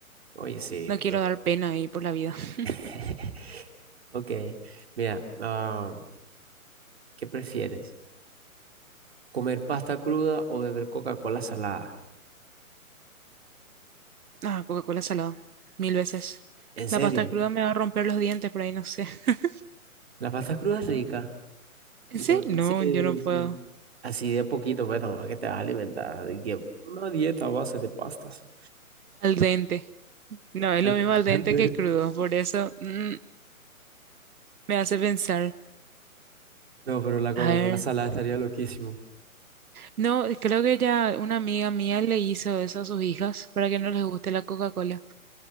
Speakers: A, on the right (about 45°); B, on the right (about 85°).
A: Oye, sí.
B: No quiero
A: no.
B: dar pena ahí por la vida. <laughs>
A: <laughs> Ok, mira, ah, ¿qué prefieres? ¿Comer pasta cruda o beber Coca-Cola salada?
B: Ah, Coca-Cola salada, mil veces.
A: ¿En
B: La
A: serio?
B: pasta cruda me va a romper los dientes por ahí, no sé. <laughs>
A: La pasta cruda es rica.
B: ¿En
A: No,
B: serio? No,
A: sí,
B: yo no puedo.
A: sí. Así de a poquito, pues tampoco es que te vas a alimentar. De que una dieta a base de pastas.
B: Al dente. No, es
A: Ar-
B: lo mismo al dente
A: arte.
B: que crudo, por eso mm, me hace pensar.
A: No, pero la coca
B: A ver,
A: con la salada estaría loquísimo.
B: no, creo que ya una amiga mía le hizo eso a sus hijas para que no les guste la Coca-Cola.